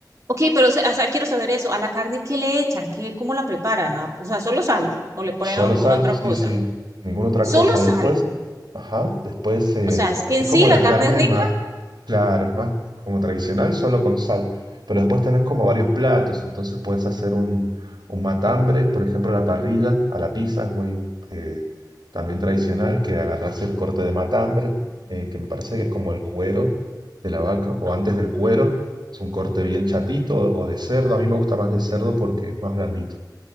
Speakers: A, on the right (about 40°); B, on the right (about 75°).
A: Ok, pero o sea, o sea, quiero saber eso. ¿A la carne qué le echan? ¿Qué, cómo la preparan? Ah, O sea, solo sal o le ponen
B: Solo
A: alguna
B: sal,
A: otra
B: sí,
A: cosa.
B: sí. Ninguna otra
A: Solo
B: cosa.
A: sal.
B: Después, ajá, después eh,
A: O sea,
B: co-
A: es que
B: así
A: en
B: como
A: sí
B: la
A: la carne
B: carne
A: es rica.
B: más Claro, es más como tradicional, solo con sal. Pero después tenés como varios platos, entonces puedes hacer un, un matambre, por ejemplo, a la parrilla, a la pizza, es muy eh, también tradicional que agarrás el corte de matambre, eh, que me parece que es como el cuero de la vaca, o
A: Ajá,
B: antes del cuero, es un corte bien chatito o de cerdo. A mí me gusta más de cerdo porque es más blandito.